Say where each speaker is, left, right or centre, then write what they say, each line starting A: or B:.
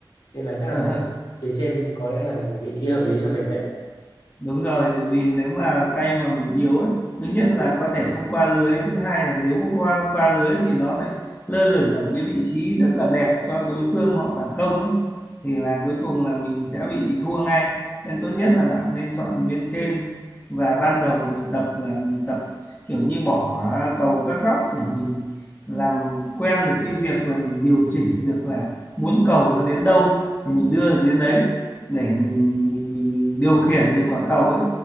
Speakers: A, on the left (about 65°); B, on the left (about 20°).
A: nên là chắc
B: Ừ.
A: là
B: <laughs>
A: phía trên có lẽ là một vị trí hợp lý cho mình đấy
B: đúng rồi tại vì nếu mà tay mà mình yếu ấy thứ nhất là có thể không qua lưới thứ hai là nếu mà qua qua lưới thì nó lại lơ lửng ở cái vị trí rất là đẹp cho đối phương họ phản công ấy thì là cuối cùng là mình sẽ bị thua ngay nên tốt nhất là bạn nên chọn bên trên và ban đầu mình tập là mình tập kiểu như bỏ cầu các góc để mình làm quen được cái việc là mình điều chỉnh được là muốn cầu nó đến đâu thì mình đưa được đến đấy để mình mình mình điều khiển được quả cầu ấy